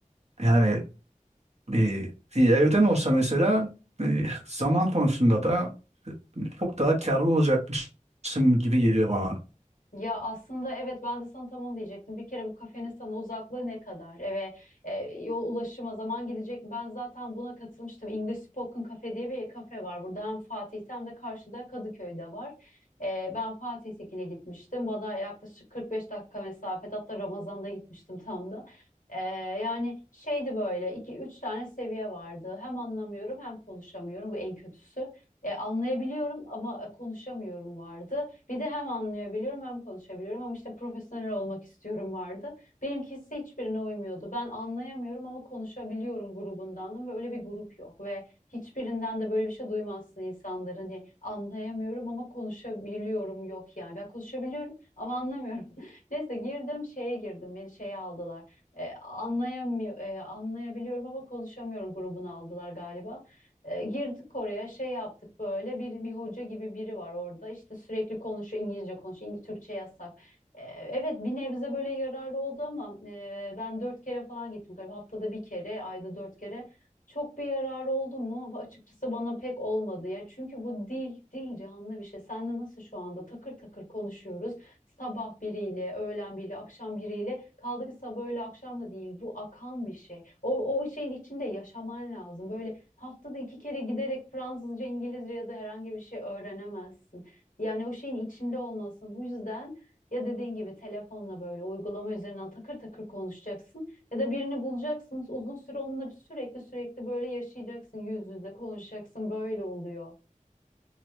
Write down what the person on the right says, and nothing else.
Yani bir, bir evden olsa mesela e, zaman konusunda da e, çok daha karlı olacakmışım gibi geliyor bana.